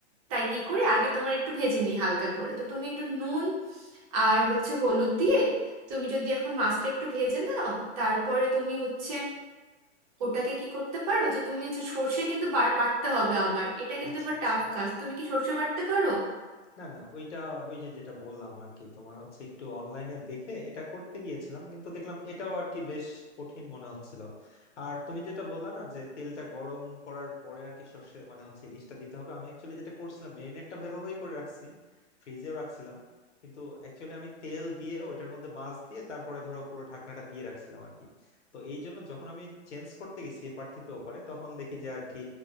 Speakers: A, on the right; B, on the left.
A: তাই কি করি আগে তোমার একটু ভেজে নিই হালকা করে তো তুমি একটু নুন আর হচ্ছে হলুদ দিয়ে তুমি যদি এখন মাছটা একটু ভেজে নাও তারপরে তুমি হচ্ছে ওটাকে কি করতে পারো যে তুমি হচ্ছে সর্ষে কিন্তু বার বাটতে হবে আবার এটা কিন্তু
B: আচ্ছা
A: আবার
B: আচ্ছা
A: টাফ কাজ তুমি কি সর্ষে বাটতে পারো
B: না না ওইটা ওই যে যেটা বললাম আর কি তোমার হচ্ছে একটু অনলাইনে দেখে এটা করতে গিয়েছিলাম কিন্তু দেখলাম এটাও আর কি বেশ কঠিন মনে হচ্ছিল আর তুমি যেটা বললা না যে তেলটা গরম করার পরে আর কি সর্ষে মানে হচ্ছে ইলিশটা দিতে হবে আমি অ্যাকচুয়ালি যেটা করছিলাম মেরিনেটটা ভালোভাবেই করে রাখছি ফ্রিজেও রাখছিলাম কিন্তু অ্যাকচুয়ালি আমি তেল দিয়ে ওইটার মধ্যে মাছ দিয়ে তারপরে ধরো পুরো ঢাকনাটা দিয়ে রাখছিলাম আর কি তো এই জন্য যখন আমি চেঞ্জ করতে গেছি এপার থেকে ওপারে তখন দেখি যে আর কি